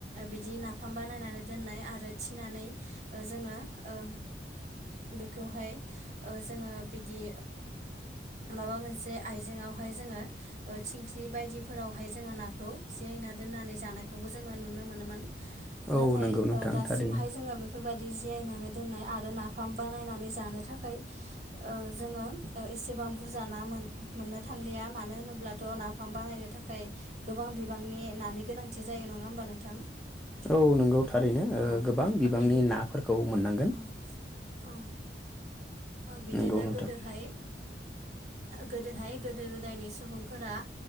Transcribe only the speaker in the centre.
औ
नंगौ नोंथां
थारैनो
औ नोंगौ थारैनो ओ
गोबां बिबांनि
नाफोरखौ मोननांगोन।
नंगौ नोंथां